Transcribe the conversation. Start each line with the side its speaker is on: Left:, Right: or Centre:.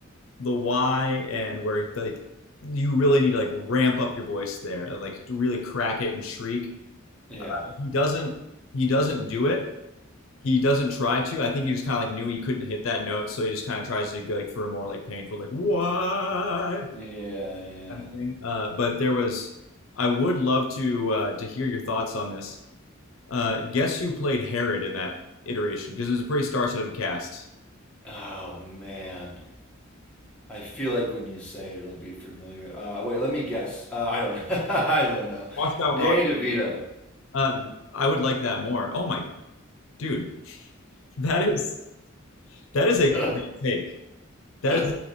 Left: the why and where like you really need to like ramp up your voice there, like to really crack it and shriek.
Centre: Yeah.
Left: He doesn't he doesn't do it. He doesn't try to. I think he just kind of like knew he couldn't hit that note, so he just kind of tries to go like for a more like painful like why
Centre: Yeah, yeah.
Left: kind of thing. Uh, but there was, I would love to uh, to hear your thoughts on this. Uh, guess who played Herod in that iteration? Because it was a pretty star-studded cast.
Centre: Oh man. I feel like when you say it, it'll be familiar. Uh, wait, let me guess. Uh, I don't. <laughs> I don't know.
Left: Washed out
Centre: Danny DeVito.
Left: Uh, I would like that more. Oh my dude, that is that is a great
Centre: <laughs>
Left: take. That
Centre: I-
Left: is